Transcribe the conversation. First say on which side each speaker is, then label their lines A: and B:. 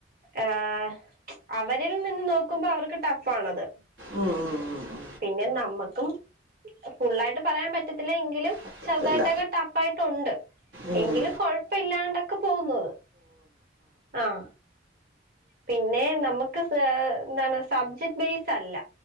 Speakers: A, on the right; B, on the right.
A: ആഹ് അവരിൽ നിന്ന് നോക്കുമ്പോ അവർക്ക് ടഫ് ആണത്
B: ഉം ഉം ഉം
A: പിന്നെ നമ്മുക്കും ഫുള്ളായിട്ട് പറയാൻ പറ്റത്തില്ല എങ്കിലും
B: പറ്റത്തില്ല
A: ചെറുതായിട്ടൊക്കെ ടഫ് ടഫായിട്ടുണ്ട്
B: ഉം
A: എങ്കിലും കൊഴപ്പ ഇല്ലാണ്ടൊക്കെ പോകുന്നത് ആഹ് പിന്നെ നമുക്ക് എന്താണ് സബ്ജക്ട് ബേസ് അല്ല